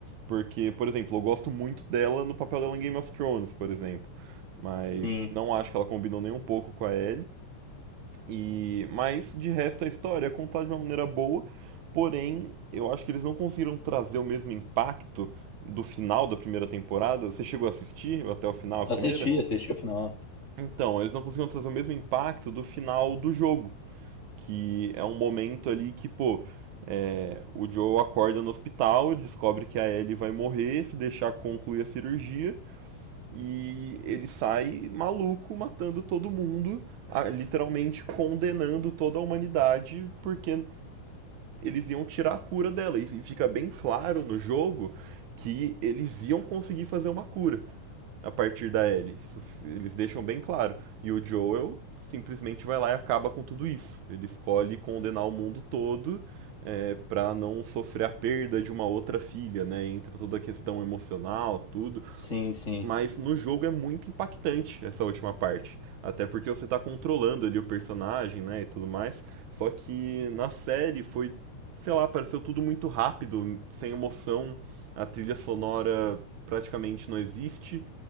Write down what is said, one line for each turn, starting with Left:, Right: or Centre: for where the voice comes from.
Right: Porque, por exemplo, eu gosto muito dela no papel dela em Game of Thrones, por exemplo. Mas
Left: Sim.
Right: não acho que ela combinou nem um pouco com a Ellie. E, mas de resto a história é contada de uma maneira boa, porém eu acho que eles não conseguiram trazer o mesmo impacto do final da primeira temporada. Você chegou a assistir até o final a
Left: Assisti,
Right: primeira?
Left: assisti o final.
Right: Então, eles não conseguiram trazer o mesmo impacto do final do jogo. Que é um momento ali que, pô, é, o Joe acorda no hospital, ele descobre que a Ellie vai morrer, se deixar concluir a cirurgia, e ele sai maluco, matando todo mundo, a- literalmente condenando toda a humanidade, porque eles iam tirar a cura dela. e fica bem claro no jogo que eles iam conseguir fazer uma cura a partir da Ellie. Isso eles deixam bem claro. E o Joel simplesmente vai lá e acaba com tudo isso. Ele escolhe condenar o mundo todo é, para não sofrer a perda de uma outra filha, né? Entra toda a questão emocional, tudo.
Left: Sim, sim.
Right: Mas no jogo é muito impactante essa última parte. Até porque você tá controlando ali o personagem, né? E tudo mais. Só que na série foi, sei lá, pareceu tudo muito rápido, sem emoção. A trilha sonora praticamente não existe.